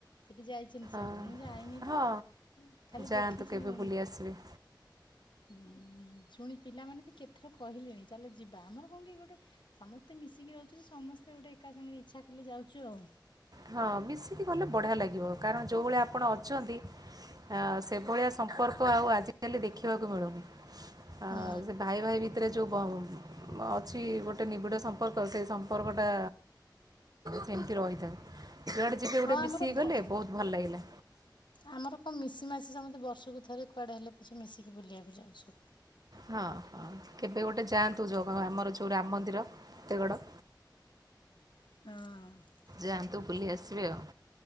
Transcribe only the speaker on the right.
ଆ
ହଁ
ଯାଆନ୍ତୁ
କେବେ
ବୁଲି ଆସିବେ।
ହଁ ମିଶିକି ଗଲେ ବଢ଼ିଆ ଲାଗିବ କାରଣ ଯୋଉ ଭଳିଆ ଆପଣ ଅଛନ୍ତି ଅ ସେଭଳିଆ ସମ୍ପର୍କ ଆଉ ଆଜିକାଲି ଦେଖିବାକୁ ମିଳୁନି ଅ
ସେ ଭାଇ ଭାଇ ଭି ତିରେ ଯୋଉ ବ ଅଛି ଗୋଟେ ନିବିଡ଼ ସମ୍ପର୍କ ସେ ସମ୍ପର୍କଟା ସେମିତି ରହିଥା ଯୋଆଡ଼େ ଯିବେ
ଗୋଟେ
ମିଶିକି ଗଲେ
ବହୁତ ଭଲ ଲାଗିଲା।
ହଁ ହଁ କେବେ ଗୋଟେ ଯାଆନ୍ତୁ <inaudible> ଆମର ଯୋଉଁ ରାମ ମନ୍ଦିର ପେତୟଗଡ଼।
ଯାଆନ୍ତୁ ବୁଲି ଆସିବେ ଆଉ।